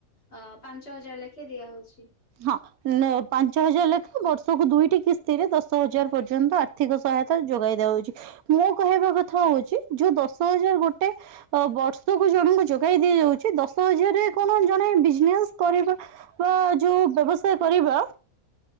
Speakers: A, on the left; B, on the right.
A: ଅ ପାଞ୍ଚ ହଜାର ଲେଖେ ଦିଆହଉଛି
B: ହଁ ନଁ ପାଞ୍ଚ ହଜାର ଲେଖାଁ ବର୍ଷକୁ ଦୁଇଟି କିସ୍ତି ରେ ଦଶ ହଜାର ପର୍ଯ୍ୟନ୍ତ ଆର୍ଥିକ ସହାୟତା ଯୋଗାଇ ଦିଆହଉଛି ମୁଁ କହିବା କଥା ହଉଛି ଯୋଉ ଦଶହଜାର ଗୋଟେ ଅ ବର୍ଷକୁ ଜଣଙ୍କୁ ଯୋଗାଇ ଦିଆଯାଉଛି ଦଶ ହଜାରରେ କଣ ଜଣେ ବିଜନେସ କରିବ ବା ଯୋଉ ବ୍ୟବସାୟ କରିବ